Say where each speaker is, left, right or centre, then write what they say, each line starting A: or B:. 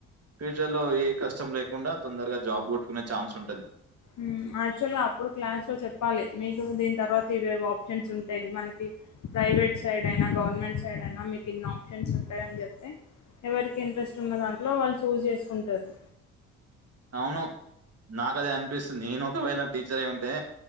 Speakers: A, on the right (about 40°); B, on the left (about 50°).
A: ఫ్యూచర్ లో ఏ కష్టం లేకుండా తొందరగా జాబ్ కొట్టుకునే ఛాన్స్ ఉంటది
B: ఊమ్ ఆక్చువల్గా అప్పుడు క్లాస్ లో చెప్పాలి మీకు దీని తర్వాత ఇవే ఆప్షన్స్ ఉంటాయి మనకి ప్రైవేట్ సైడ్ అయినా గవర్నమెంట్ సైడ్ అయినా మీకు ఇన్ని ఆప్షన్స్ ఉంటాయని చెప్తే ఎవరికి ఇంట్రెస్ట్ ఉన్న దాంట్లో వాళ్ళు చూజ్ చేసుకుంటారు
A: అవును నాకదే అనిపిస్తుంది నేను ఒకవేళ టీచర్ అయ్యుంటే